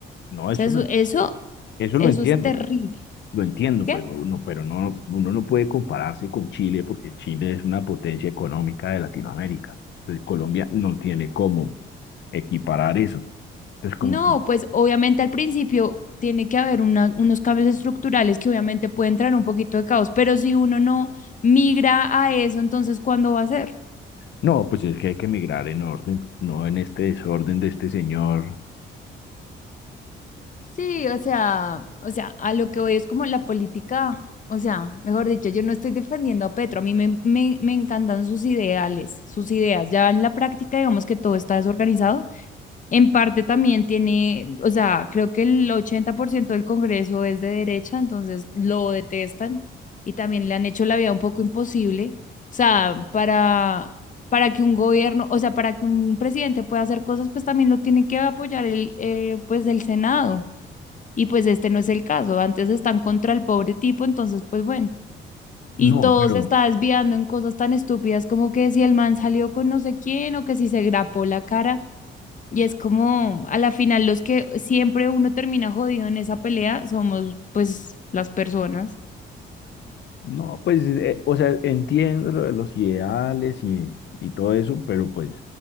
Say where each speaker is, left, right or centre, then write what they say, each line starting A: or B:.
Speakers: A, on the left; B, on the left.
A: No,
B: O
A: eso
B: sea, eso,
A: lo,
B: eso,
A: eso lo
B: eso
A: entiendo,
B: es terrible.
A: Lo entiendo, pero
B: ¿Qué?
A: uno, pero no, uno no puede compararse con Chile porque Chile es una potencia económica de Latinoamérica. Entonces Colombia no tiene cómo equiparar eso. Entonces como
B: No,
A: que,
B: pues obviamente al principio tiene que haber una, unos cambios estructurales que obviamente pueden traer un poquito de caos, pero si uno no migra a eso, entonces ¿cuándo va a ser?
A: no, pues es que hay que migrar en orden, no en este desorden de este señor.
B: Sí, o sea, o sea, a lo que voy es como la política, o sea, mejor dicho, yo no estoy defendiendo a Petro, a mí me, me, me encantan sus ideales, sus ideas, ya en la práctica digamos que todo está desorganizado, en parte también tiene, o sea, creo que el 80% del Congreso es de derecha, entonces lo detestan y también le han hecho la vida un poco imposible, o sea, para, para que un gobierno, o sea, para que un presidente pueda hacer cosas, pues también lo tiene que apoyar el, eh, pues el Senado. Y pues este no es el caso, antes están contra el pobre tipo, entonces pues bueno. Y
A: No,
B: todo
A: pero...
B: se está desviando en cosas tan estúpidas como que si el man salió con no sé quién o que si se grapó la cara. Y es como, a la final, los que siempre uno termina jodido en esa pelea somos pues las personas.
A: No, pues, eh, o sea, entiendo lo de los ideales y, y todo eso, pero pues